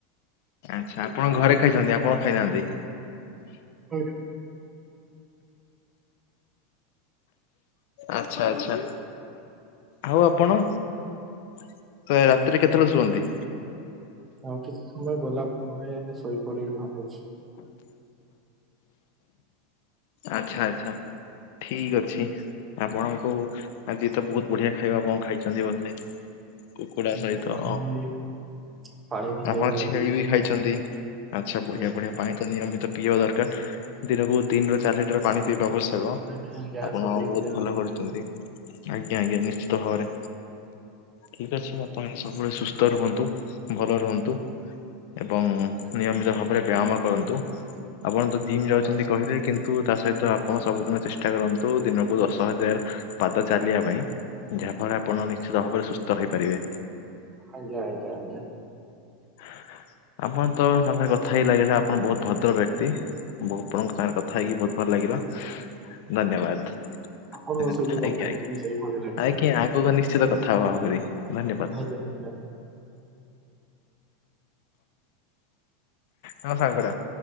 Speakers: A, on the left; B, on the right.
A: ଆଚ୍ଛା ଆପଣ ଘରେ ଖାଇଛନ୍ତି ଆଉ କଣ ଖାଇନାହାନ୍ତି।
B: ପାଇଁ
A: ଆଚ୍ଛା ଆଚ୍ଛା ଆଉ ଆପଣ। ସେ ରାତିରେ କେତେବେଳେ ଶୁଅନ୍ତି?
B: ଆଉ କିଛି ସମୟ ଗଲା ଭରେ ଏମ ସୋଇ ପଡିବି ଭାବୁଛି।
A: ଆଛା ଆଚ୍ଛା ଠିକ୍ ଅଛି। ଆପଣଙ୍କୁ ଆଜି ତ ବହୁତ ବଢିଆ ଖାଇବା ଆପଣ ଖାଇଛନ୍ତି ବଧେ। କୁକୁଡା
B: ଆଜ୍ଞା
A: ସହିତ।
B: ପାଣି ବି ପାଣି ବି ସେଇଭଳିଆ
A: ଆପଣ ଛେଳି
B: ପିଇଯାଏ
A: ବି ଖାଇଛନ୍ତି। ଆଚ୍ଛା ବଢିଆ
B: ଆଜ୍ଞା
A: ବଢିଆ ପାଣି ତ ନିୟମିତ ପିଇବା ଦରକାର। ଦିନକୁ ତିନ୍ ରୁ ଚାରି ଲିଟର ପାଣି ପିଇବା ଅବସ୍ ଆପଣ
B: ଆଜ୍ଞା ଆଜ୍ଞା ସେତିକି
A: ବହୁତ
B: ପିଆ ହଉଛି
A: ଭଲ କରିଛନ୍ତି।
B: ଆଜ୍ଞା
A: ଆଜ୍ଞା ଆଜ୍ଞା ନିଶ୍ଚିତ ଭାବରେ। ଠିକ୍ ଅଛି ଆପଣ ସବୁବେଳେ ସୁସ୍ଥ ରୁହନ୍ତୁ ଭଲ ରୁହନ୍ତୁ। ଏବଂ ନିୟମିତ ଭାବରେ ବ୍ୟାୟାମ କରନ୍ତୁ। ଆପଣ ତ ଜିମ୍
B: ଆଜ୍ଞା।
A: ଯାଉଛନ୍ତି କହିଲେ କିନ୍ତୁ ତା ସହିତ ଆପଣ ସବୁଦିନ ଚେଷ୍ଟା କରନ୍ତୁ ଦିନକୁ ଦଶ ହଜାର ପାଦ ଚାଲିବା ପାଇଁ। ଯାହାଫଳ ଆପଣ ନିଶ୍ଚିତ ଭାବରେ ସୁସ୍ଥ ରହିପାରିବେ।
B: ଆଜ୍ଞା ଆଜ୍ଞା ଆଜ୍ଞା।
A: <inaudible> ଆପଣ ତ ସାଙ୍ଗରେ କଥା ହିଁ ଲାଗିଲା ଆପଣ ବହୁତ ଭଦ୍ର ବ୍ୟକ୍ତି। ଆପଣଙ୍କ ସାଙ୍ଗରେ କ ଥାଇକି ବହୁତ ଭଲ ଲାଗିଲ। ଧନ୍ୟବାଦ,
B: ଆପଣଙ୍କ
A: ଆଜ୍ଞା
B: ସହିତ କଥା ହେଇକି
A: ଆଜ୍ଞ
B: ବି ସେଇ ଭଳି ଲାଗିଲା
A: ଆଜ୍ଞା ଆଗକୁ ନିଶ୍ଚିତ କଥା। କଥା ଆହୁରି ଧନ୍ୟବାଦ।
B: ଆଜ୍ଞା ଆଜ୍ଞା।
A: ମୋ ସାଙ୍ଗଟା।